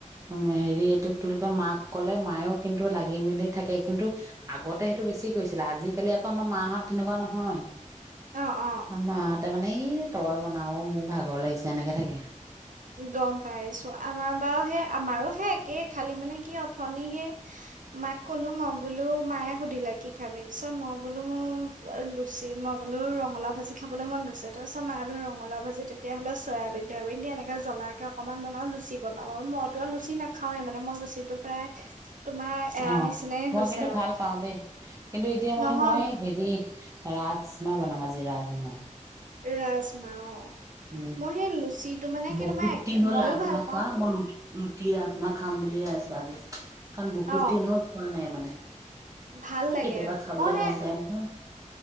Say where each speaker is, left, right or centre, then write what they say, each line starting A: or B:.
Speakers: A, on the right; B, on the right.
A: উ হেৰি এইটো তোকে মাক ক'লে মায়ও কিন্তু লাগি মেলি থাকে কিন্তু আগতে সেইটো বেছি কৰিছিলে আজিকালি আকৌ আমাৰ মাহঁত তেনেকুৱা নহয়
B: অ অ
A: আমা হতে মানে এনেই তই বনাও মোৰ ভাগৰ লাগিছে তেনেকে থাকে
B: গম পাইছো আমাৰ বাওঁ সেই আমাৰো সে এ খালি মানে কি অথনি হে মাক ক'লো মই বোলো মায়ে সুধিলে কি খাবি পিছত মই বোলো মোৰ লুচি মই বোলো ৰঙলা ভাজি খাবলৈ মন গৈছে তাৰপিছত মায়ে বোলো ৰঙালা ভাজি তেতিয়া হ'লে চয়াবিন তয়াবিন দ এনেকা জ্বলাকে অকনমান বনা লুচি বনাওঁ আৰু মইতো আৰু লুচি নাখাঁওৱেই মানে মই লুচি টো প্ৰায় তোমাৰ এৰা
A: অ
B: নিচিনাই
A: মই
B: হৈছে
A: কিন্তু
B: আৰু
A: ভাল পাওঁ দেই কিন্তু এতিয়া মানে
B: নহয়
A: মই হেৰি ৰাজমাহ বনাম আজি ৰাজমাহ
B: ৰাজমা অ
A: উম
B: মই সেই লুচিটো মানে কি
A: বহুত
B: তোমাৰ একে-
A: দিন হ'ল
B: মইয়ো
A: ৰাজমাহ
B: ভাল পাওঁ
A: খোৱা হল অকল ৰুটি ৰুটি ৰাজমাহ খাম বুলিয়ে আছো আজি কাৰণ বহুত
B: অ
A: দিন হ'ল খোৱা নাই মানে
B: ভাল
A: এই
B: লাগে
A: কেতিয়াবা খাবলৈ
B: মই হে
A: মন যায় নহয়